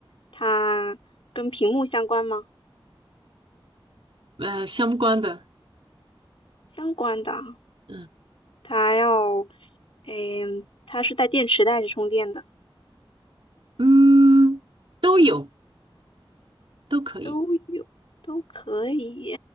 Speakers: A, on the left; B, on the right.
A: 它跟屏幕相关吗？
B: 呃，相关的，
A: 相关的啊。
B: 嗯
A: 它要，嗯，它是在电池袋是充电的，
B: 嗯，都有，都可以，
A: 都有，都可以。